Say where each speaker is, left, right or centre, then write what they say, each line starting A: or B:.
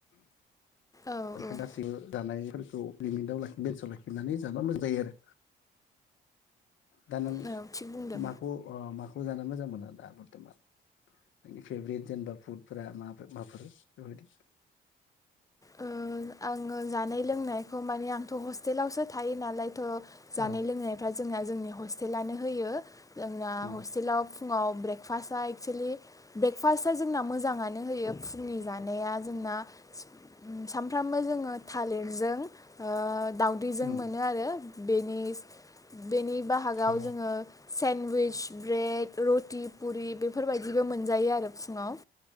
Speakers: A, on the left; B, on the left.
A: औ
B: बेखायनो
A: औ
B: गासै जानाय फोरखौ लिमिटाव बेसाव लाखिनानै जाबा मोजां जायो आरो। दा नों
A: औ थिग बुंदों
B: माखौ ओ माखौ। खौ मोजां मोनो दा बर्थमान नोंनि फेभरेट जेनेबा फुटफोरा माफोर माफोर बेफोरबायदि
A: ओ आङो जानाय लोंनायखौ माने आंथ हस्टेलावसो थायो नालाय थ जानाय
B: औ
A: लोंनायफ्रा जोंना जोंनि हस्टेलानो होयो जोंना
B: उम
A: हस्टेलाव फुङाव ब्रेकफास्ट एक्सेलि ब्रेकफास्टआ जोंना मोजाङानो नो होयो फुंनि जानाया जोंना <inaudible> फ्रामबो जोङो थालिरजों ओ दावदैजों
B: उम
A: मोनो आरो बेनि बेनि बाहागाव
B: औ
A: जोङो सेन्वइस ब्रेड रटि पुरि बेफोरबायदिबो मोन जायो आरो फुङाव